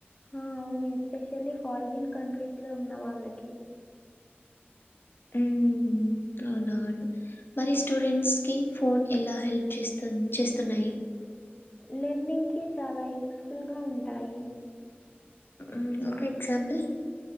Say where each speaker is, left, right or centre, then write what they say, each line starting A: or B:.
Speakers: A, on the left; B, on the left.
A: ఆ! అవును ఎస్పెషల్లీ ఫారిన్ కంట్రీస్ లో ఉన్న వాళ్ళకి
B: ఉ అవునవును మరి స్టూడెంట్స్ కి ఫోన్ ఎలా హెల్ప్ చేస్తు చేస్తున్నాయి
A: లెర్నింగ్కి చాలా యూస్ఫుల్ గా ఉంటాయి
B: ఉమ్ ఒక example